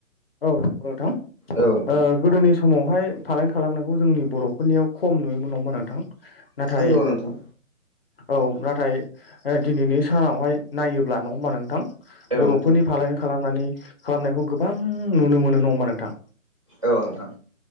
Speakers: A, on the left (about 45°); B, on the right (about 25°).
A: औ नोंथां
B: औ नोंथां
A: ओ गोदोनि समावहाय फालांगि खालामनायखौ जोंनि बर'फोरनियाव खम नुयोमोन नोंथां नाथाय
B: नोंगौ नोंथां
A: औ नाथाय दिनैनि सानावहाय नायोब्ला नङा होमबा नोंथां
B: औ
A: बर'फोरनि
B: नोंथां
A: फालांगि खालामनानै खालामनायखौ गोबां नुनो मोनो नङा होनबा नोंथां
B: औ नोंथां